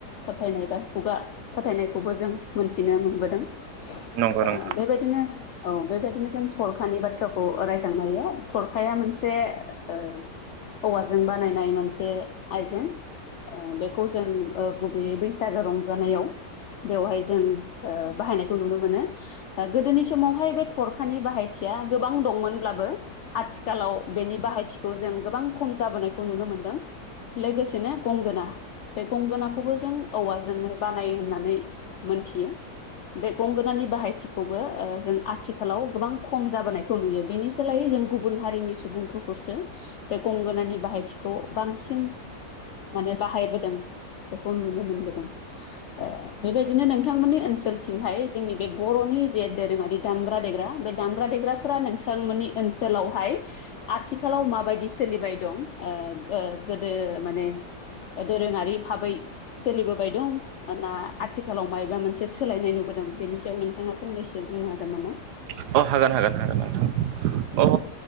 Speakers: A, on the left; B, on the right.
A: फोथायनाय दा खुगा फाथायनायखौबो जों मोनथिनो मोनबोदों ओ
B: नंगौ नोंथां
A: बेबायदिनो औ बेबायदिनो जों थरखानि बाथ्राखौ रायखांनो हायो थरखाया मोनसे ओ औवाजों बानायनाय मोनसे आइजें बेखौ जों गुबैयै बैसागो रंजानायाव बेवहाय जों बाहायनायखौ नुनो मोनो गोदोनि समावहाय बे थरखानि बाहायथिया गोबां दंमोनब्लाबो आथिखालाव बेनि बाहायथिखौ जों गोबां खम जाबोनायखौ नुनो मोनदों। लोगोसेनो गंगोना बे गंगोनाखौबो जों औवाजोंनो बानाय होननानै मोनथियो बे गंगोनानि बाहायथिखौबो ओ जों आथिखालाव गोबां खम जाबोनायखौ नुयो बेनि सोलायै जों गुबुन हारिनि सुबुंफोरखौसो जे गंगोनानि बाहायथिखौ बांसिन माने बाहायबोदों बेखौ नुनो मोनबोदों ओ बेबायदि बिदिनो नोंथांमोननि ओनसोलथिंहाय जोंनि बे बर'नि जे दोरोङारि दामग्रा देग्रा बे दामग्रा देग्रा नोंथांमोननि ओनसोलावहाय आथिखालाव माबायदि सोलिबाय दं ओ गोदो माने दोरोङारि भाबै सोलिबोबाय दं ना आथिखाल लाव मायबा मोनसे सोलायनाय नुबोदों बेनि सायाव नोंथाङा फंनैसो बुंनो हागोन नामा?
B: अ हागोन हागोन हागोन नोंथां। अह